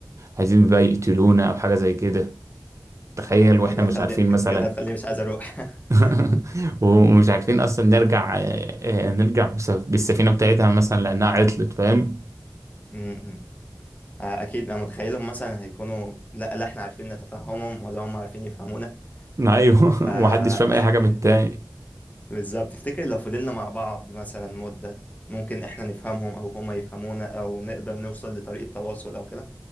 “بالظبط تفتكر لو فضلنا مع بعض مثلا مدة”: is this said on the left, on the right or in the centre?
Left